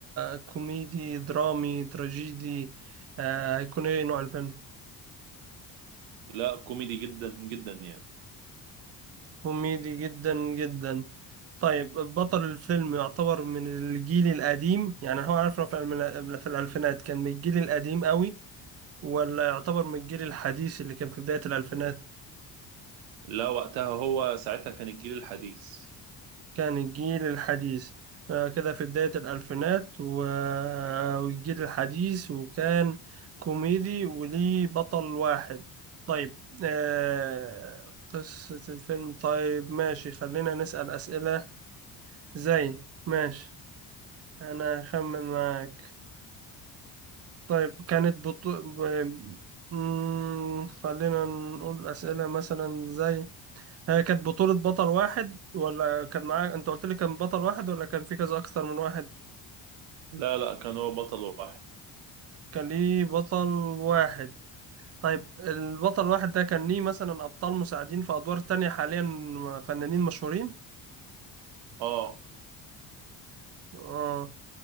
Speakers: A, on the right (about 35°); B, on the right (about 85°).
A: كوميدي درامي تراجيدي آه هيكون ايه نوع الفيلم؟
B: لا كوميدي جدا جدا يعني
A: كوميدي جدا جدا طيب بطل الفيلم يعتبر من الجيل القديم يعني هو عارف إنه في الألم- في الألفينات كان من الجيل القديم قوي ولا يعتبر من الجيل الحديث اللي كان في بداية الألفينات
B: لا وقتها هو ساعتها كان الجيل الحديث
A: كان الجيل الحديث آه، كده في بداية الألفينات و- والجيل الحديث وكان كوميدي وليه بطل واحد طيب آه، قصة الفيلم طيب ماشي خلينا نسأل أسئلة زي ماشي أنا أخمن معاك طيب كانت بطو... ب... مم، خلينا نقول أسئلة مثلا زي هي كانت بطولة بطل واحد ولا كان معاه انت قلت لي كان بطل واحد ولا كان في كذا اكثر من واحد
B: لا لا كان هو بطل واحد
A: كان ليه بطل واحد طيب البطل الواحد ده كان ليه مثلا ابطال مساعدين في ادوار تانية حاليا فنانين مشهورين
B: اه
A: اه